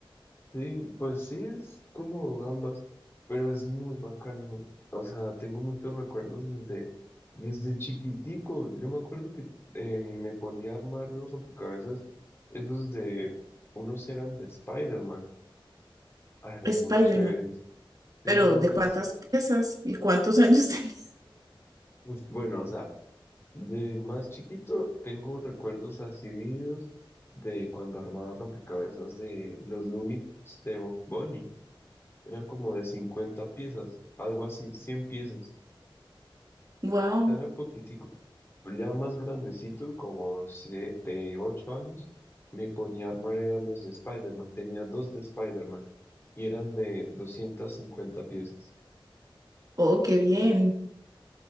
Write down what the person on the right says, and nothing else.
Spider-Man.
Pero
¿de
cuántas
piezas y cuántos <laughs> años tenía?
Wow.
Oh, qué bien.